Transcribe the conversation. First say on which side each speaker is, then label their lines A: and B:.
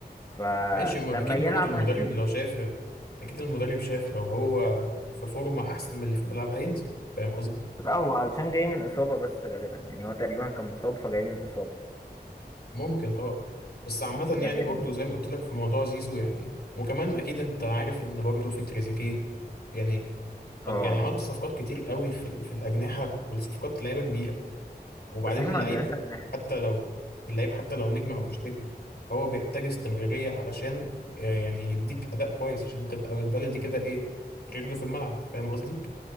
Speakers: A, on the left (about 20°); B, on the left (about 75°).
A: فلما
B: ماشي ما اكيد
A: يلعب
B: برضه المدرب
A: هنشوف
B: لو شاف اكيد المدرب شاف لو هو في فورمه احسن من اللي في الملعب هينزل فاهم قصدي
A: لا هو علشان جاي من إصابة بس غالبا يعني هو تقريبا كان مصاب فجاي من إصابة
B: ممكن اه بس عامه
A: ده
B: يعني
A: كان
B: برضه زي ما قلت لك في موضوع زيزو يعني وكمان اكيد انت عارف ان برضه في تريزيجيه يعني خل-
A: اه
B: يعني عملت صفقات كتير قوي في ال- في الاجنحه والصفقات لعيبه كبيره وبعدين
A: بس احنا
B: اللعيب
A: ما عندناش أجنحة
B: حتى لو اللعيب حتى لو نجم او مش نجم هو بيحتاج استمرارية علشان آه، يعني يديك اداء كويس عشان تبقى بالبلدي كده ايه رجله في الملعب فاهم قصدي